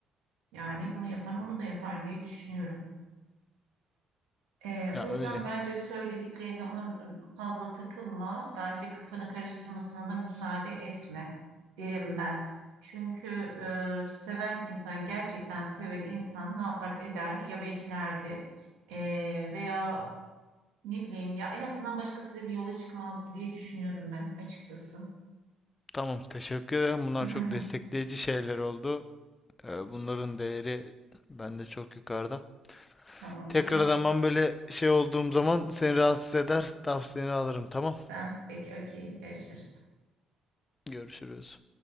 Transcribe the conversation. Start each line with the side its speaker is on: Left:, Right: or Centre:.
Right: Yani bunu yapan onu da yapar diye düşünüyorum. Ee,
Left: Ya
Right: o yüzden
Left: öyle.
Right: bence söylediklerine onun fazla takılma. Bence kafanı karıştırmasına da müsaade etme derim ben. Çünkü e, seven insan, gerçekten seven insan ne yapar eder? Ya beklerdi e, veya ne bileyim ya en azından başkasıyla bir yola çıkmazdı diye düşünüyorum ben açıkçası.
Left: Tamam, teşekkür ederim. Bunlar
Right: <laughs>
Left: çok destekleyici şeyler oldu. Ee, Bunların değeri bende çok yukarıda.
Right: Tamam peki
Left: Tekrar
Right: hadi.
Left: zaman böyle şey olduğum zaman seni rahatsız eder. Tavsiyeni alırım. Tamam.
Right: <laughs> Tamam peki okey görüşürüz.
Left: Görüşürüz.